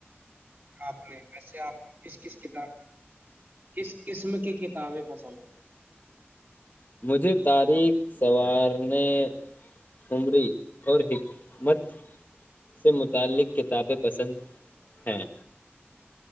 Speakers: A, on the right; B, on the left.
A: آپ نے ایسے آپ کو کس کس کتاب کس قسم کی کتابیں پسند ہیں
B: مجھے تاریخ سنوارنے عمری اور حکمت سے متعلق کتابیں پسند ہیں